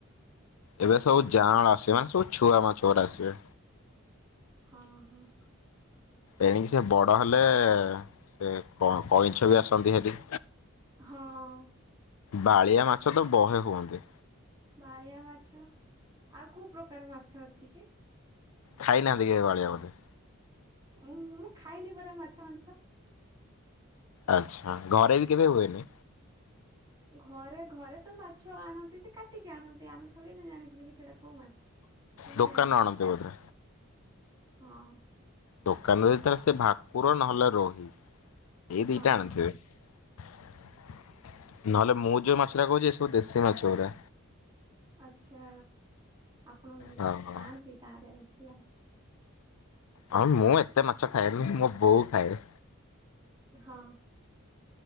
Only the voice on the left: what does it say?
ଏବେ ସବୁ ଯାଁଳ ଆସିବେ ମାନେ ସବୁ ଛୁଆ ମାଛଗୁଡା ଆସିବେ।
ଏଣିକି ସେ ବଡ ହେଲେ ସେ କଇଁଛ ବି ଆସନ୍ତି ସେଠି।
ବାଳିଆ ମାଛ ତ ବହେ ହୁଅନ୍ତି।
ଖାଇ ନାହାନ୍ତି କି ବାଳିଆ ବୋଧେ।
ଆଚ୍ଛା ଘରେ ବି କେବେ ହୁଏନି।
ଦୋକାନରୁ
ଆଣନ୍ତି ବୋଧେ?
ଦୋକାନରେ ଯେତୋଳେ ସେ ଭାକୁର ନ ହେଲେ ରୋହି ଏଇ ଦି
ଟା ଆଣିଥିବେ।
ନ ହେଲେ ମୁଁ ଯୋଉ ମାଛ ଟା କହୁଚି ସେଟା ଦେଶୀ ମାଛ ଗୁରା।
ହଁ
ହଁ।
ହଁ ମୁଁ ଏତେ ମାଛ ଖାଏନି ମୋ ବୋଉ ଖାଏ।